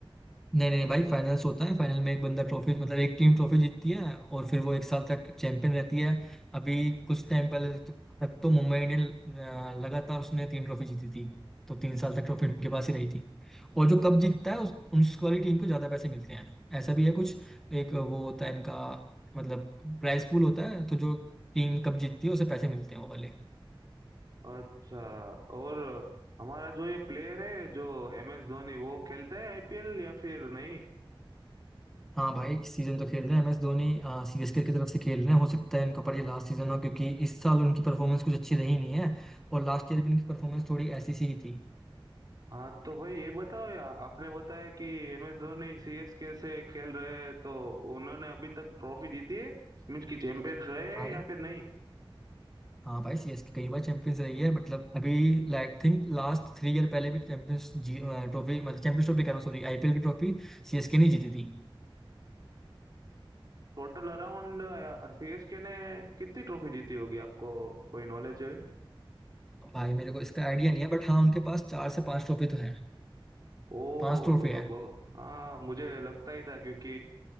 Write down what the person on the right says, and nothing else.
अच्छा और हमारा जो ये प्लेयर है जो एम एस धोनी वो खेलता है आईपीएल या फिर नहीं
हाँ तो भाई ये बताओ या आपने बताया कि एम एस धोनी सीएसके से खेल रहे हैं तो उन्होंने अभी तक ट्रॉफी जीती है मीन्स की चैंपियंस रहे हैं
या फिर नहीं
टोटल अराउंड सीएसके ने कितनी ट्रॉफी जीती होगी आपको कोई नॉलेज है
ओ
तो तो
बहु हाँ मुझे लगता ही था क्योंकि